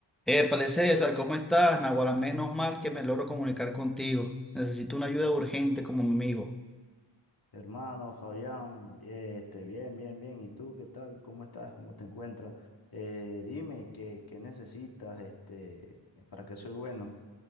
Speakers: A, in the centre; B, on the left.
A: Épale, César, ¿cómo estás? Naguará, menos mal que me logro comunicar contigo. Necesito una ayuda urgente como mi amigo.
B: Hermano Fabián, bien, este, bien, bien, bien. ¿Y tú qué tal? ¿Cómo estás? ¿Cómo te encuentras? Eh, dime qué, qué necesitas este, para que soy bueno.